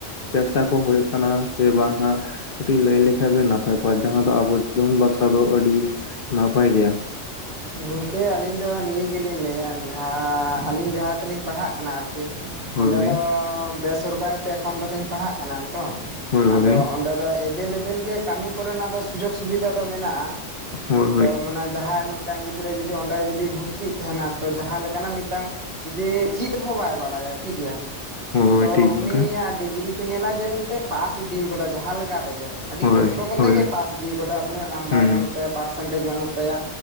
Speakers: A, on the left; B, on the right.
A: ᱪᱮᱥᱴᱟ ᱠᱚ ᱦᱳᱭᱳᱜ ᱠᱟᱱᱟ ᱥᱮ ᱵᱟᱝ ᱦᱟᱜ ᱠᱟᱹᱴᱤᱡ ᱞᱟᱹᱭ ᱞᱮᱠᱷᱟᱱᱡ ᱵᱚᱱ ᱱᱟᱯᱟᱭ ᱠᱚᱜᱼᱟ ᱡᱟᱦᱟᱸ ᱫᱚ ᱟᱵᱚ ᱡᱤᱭᱚᱱ ᱵᱟᱠᱷᱨᱟ ᱫᱚ ᱟᱹᱰᱤ ᱱᱟᱯᱟᱭ ᱜᱮᱭᱟ
B: ᱜᱚᱢᱠᱮ ᱟᱹᱞᱤᱧ ᱫᱚ ᱱᱤᱭᱟᱹ ᱜᱮᱞᱤᱧ ᱞᱟᱹᱭᱟ ᱡᱟᱦᱟᱸ ᱟᱹᱞᱤᱧ ᱡᱟᱦᱟᱸ ᱛᱮᱞᱤᱧ ᱯᱟᱲᱦᱟᱜ ᱠᱟᱱᱟ ᱟᱨᱠᱤ
A: ᱦᱳᱭ
B: ᱚᱸᱰᱮ ᱫᱚ ᱵᱮᱥᱚᱨᱠᱟᱨᱤ ᱛᱮ ᱮᱠᱷᱚᱱ ᱫᱚᱞᱤᱧ ᱯᱟᱲᱦᱟᱜ ᱠᱟᱱᱟ ᱛᱚ
A: ᱦᱳᱭ ᱦᱳᱭ
B: ᱟᱫᱚ ᱚᱸᱰᱮ ᱫᱚ ᱮᱵᱮᱞ ᱮᱵᱮᱞ ᱜᱮ ᱠᱟᱹᱢᱤ ᱠᱚᱨᱮᱱᱟᱜ ᱫᱚ ᱥᱩᱡᱳᱜᱽ ᱥᱩᱵᱤᱫᱷᱟ ᱫᱚ ᱢᱮᱱᱟᱜᱼᱟ
A: ᱦᱳᱭ
B: ᱛᱚ ᱢᱟᱱᱮ ᱡᱟᱦᱟᱸ ᱢᱤᱫ ᱢᱤᱫᱴᱟᱝ ᱜᱤᱫᱽᱨᱟᱹ ᱡᱩᱫᱤ ᱚᱸᱰᱮ ᱡᱩᱫᱤ ᱵᱷᱚᱨᱛᱤᱜ ᱛᱟᱦᱮᱱᱟ ᱛᱚ ᱡᱟᱦᱟᱸ ᱞᱮᱠᱟᱱᱟᱜ ᱢᱤᱫᱴᱟᱝ ᱡᱩᱫᱤ ᱪᱤᱫ ᱦᱚᱸ ᱵᱟᱭ ᱵᱟᱲᱟᱭᱟ ᱴᱷᱤᱠ ᱜᱮᱭᱟ
A: ᱦᱳᱭ ᱦᱳᱭ
B: ᱛᱚ
A: ᱴᱷᱤᱠ
B: ᱩᱱᱤᱭᱟᱜ
A: ᱜᱚᱝᱠᱮ
B: ᱰᱤᱜᱽᱨᱤ ᱠᱚ ᱧᱮᱞᱟ ᱡᱮ ᱮᱱᱛᱮ ᱯᱟᱥ ᱤᱫᱤ ᱠᱟᱫᱟ ᱡᱟᱦᱟᱸ ᱞᱮᱠᱟ ᱛᱮᱜᱮ ᱟᱹᱰᱤ
A: ᱦᱳᱭ
B: ᱠᱚᱥᱴᱚ ᱠᱟᱛᱮᱜ
A: ᱦᱳᱭ
B: ᱜᱮᱭ ᱯᱟᱥ ᱤᱫᱤ ᱠᱟᱫᱟ ᱩᱱᱟᱹᱜ ᱱᱟᱢᱵᱟᱨ
A: ᱦᱩᱸ
B: ᱵᱟᱹᱱᱩᱜ ᱛᱟᱭᱟ ᱯᱟᱨᱥᱮᱱᱴᱮᱡᱽ ᱵᱟᱹᱱᱩᱜ ᱛᱟᱭᱟ